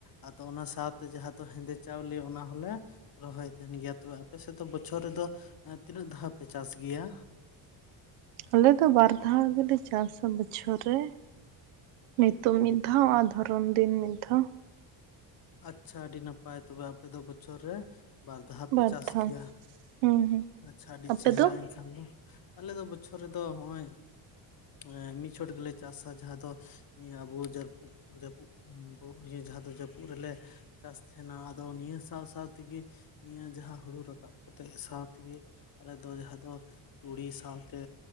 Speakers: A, on the left; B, on the right.
A: ᱟᱫᱚ ᱚᱱᱟ ᱥᱟᱶᱛᱮ ᱡᱟᱦᱟᱸ ᱫᱚ ᱦᱮᱸᱫᱮ ᱪᱟᱣᱞᱮ ᱚᱱᱟ ᱦᱚᱞᱮ ᱨᱚᱦᱚᱭ ᱛᱮᱦᱮᱱ ᱜᱮᱭᱟ ᱛᱚ ᱟᱯᱮ ᱥᱮᱫ ᱫᱚ ᱵᱚᱪᱷᱚᱨ ᱨᱮᱫᱚ ᱛᱤᱱᱟᱹᱜ ᱫᱷᱟᱣ ᱯᱮ ᱪᱟᱥ ᱜᱮᱭᱟ?
B: ᱟᱞᱮ ᱫᱚ ᱵᱟᱨ ᱫᱷᱟᱣ ᱜᱮᱞᱮ ᱪᱟᱥᱟ ᱵᱚᱪᱷᱚᱨ ᱨᱮ᱾ ᱱᱤᱛᱳᱜ ᱢᱤᱫ ᱫᱷᱟᱣ ᱟᱨ ᱫᱷᱚᱨᱚᱱ ᱫᱤᱱ ᱢᱤᱫ ᱫᱷᱟᱣ᱾
A: ᱟᱪᱪᱷᱟ ᱟᱹᱰᱤ ᱱᱟᱯᱟᱭ ᱛᱚᱵᱮ ᱟᱯᱮ ᱫᱚ ᱵᱚᱪᱷᱚᱨ ᱨᱮ ᱵᱟᱨ ᱫᱷᱟᱣ ᱯᱮ
B: ᱵᱟᱨ
A: ᱪᱟᱥ
B: ᱫᱷᱟᱣ
A: ᱜᱮᱭᱟ,
B: ᱦᱩᱸ ᱦᱩᱸ
A: ᱟᱪᱪᱷᱟ ᱟᱹᱰᱤ
B: ᱟᱯᱮ
A: ᱪᱮᱦᱨᱟᱧ
B: ᱫᱚ
A: ᱠᱷᱟᱱ ᱫᱚ ᱟᱞᱮ ᱫᱚ ᱵᱚᱪᱷᱚᱨ ᱨᱮᱫᱚ ᱦᱚᱜ-ᱚᱭ ᱢᱟᱱᱮ ᱢᱤᱫ ᱪᱷᱚᱴ ᱜᱮᱞᱮ ᱪᱟᱥᱟ ᱡᱟᱦᱟᱸ ᱫᱚ ᱱᱤᱭᱟᱹ ᱟᱵᱚ ᱡᱟᱹᱨᱯᱩᱫ ᱡᱟᱹᱯᱩᱫ ᱵᱷᱳ ᱤᱭᱟᱹ ᱡᱟᱦᱟᱸ ᱫᱚ ᱡᱟᱹᱯᱩᱫ ᱨᱮᱞᱮ ᱪᱟᱥ ᱛᱟᱦᱮᱱᱟ ᱟᱫᱚ ᱱᱤᱭᱟᱹ ᱥᱟᱶ ᱥᱟᱶ ᱛᱮᱜᱮ ᱱᱤᱭᱟᱹ ᱡᱟᱦᱟᱸ ᱦᱩᱲᱩ ᱨᱟᱠᱟᱵ ᱠᱟᱛᱮᱜ ᱥᱟᱶ ᱛᱮᱜᱮ ᱟᱞᱮ ᱫᱚ ᱡᱟᱦᱟᱸ ᱫᱚ ᱛᱩᱲᱤ ᱥᱟᱶᱛᱮ,